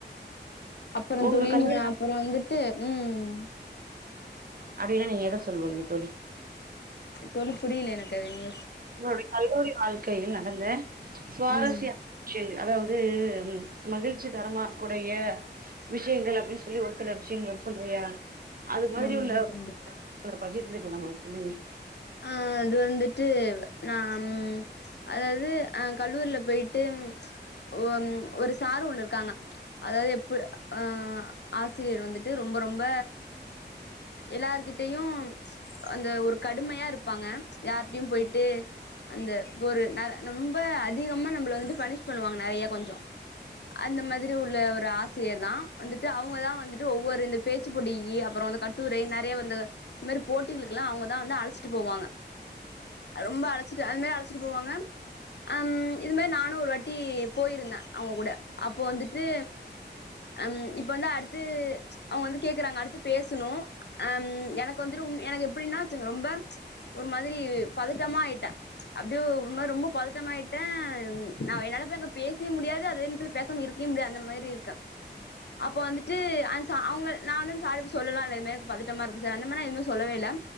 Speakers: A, on the left; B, on the right.
A: அப்பற
B: உங்க
A: தோழி
B: கல்லூரி
A: நீங்க அப்பற வந்துட்டு ம்
B: அப்டின்னா நீங்க எத சொல்வீங்க தோழி
A: தோழி புரில எனக்கதுங்க
B: உங்களுடைய கல்லூரி வாழ்க்கையில் நடந்த சுவாரஸ்ய
A: ம்
B: விஷயங்கள் அதாவது மகிழ்ச்சிகரமாக்குடைய விஷயங்கள் அப்டின் சொல்லி ஒரு சில விஷயங்கள் சொல்றியா அது மாதிரி
A: ஆமா
B: உள்ள
A: ஆமா கண்டிப்பா
B: <inaudible> அத மாரி இருந்துகணு நமது பிள்ளையை
A: ஆ அது வந்துட்டு நா ம் அதாவது ஆ கல்லூரில போய்ட்டு ஒ ஒரு சாரு ஒன்னுருக்காங்க அதாவது எப்ப அ ஆசிரியர் வந்துட்டு ரொம்ப ரொம்ப எல்லார்கிட்டயு அந்த ஒரு கடுமையா இருப்பாங்க யார்ட்டயு போய்ட்டு அந்த ஒரு ந நொம்ப அதிகமா நம்மள வந்து பணிஷ் பண்ணுவாங்க நெறய கொஞ்சோ அந்த மாதிரி உள்ள ஒரு ஆசிரியர் தா வந்துட்டு அவுங்கதா வந்துட்டு ஒவ்வொரு இந்த பேச்சு போட்டிக்கி அப்றோ அந்த கட்டுரை நெறய வந்து இந்மாதிரி போட்டிகளுகெல்லா அவுங்கதா வந்து அழச்சி ட்ரு போவாங்க ரொம்ப அழச்சிட்டு அது மாரி அழச்சிட்டு போவாங்க அம் இது மாரி நானு ஒரு வாட்டி போயிருந்த அவுங்க கூட அப்போ வந்துட்டு ம் இப்போ வந்து அடுத்து அவுங்க வந்து கேக்குறாங்க அடுத்து பேசணு அம் எனக்கு வந்துட்டு உ எனக்கு எப்டின்னாச்சு ரொம்ப ஒரு மாதிரி பதட்டமாயிட்ட அப்டியே ஒரு மாரி ரொம்ப பதட்டமாயிட்டே நா என்னால அங்க போய் பேசவே முடியாது அதே நேரத்துல பேச சாம இருக்கயே முடியாது அந்த மாரி இருக்க அப்போ வந்துட்டு அந் கா அவுங்க நா வந்து சார்ட்டப்போய் சொல்லலான்ருந்த எனக்கு பதட்டமாருக்கு சார் அந்த மாரிலா எதுமே சொல்லவே இல்ல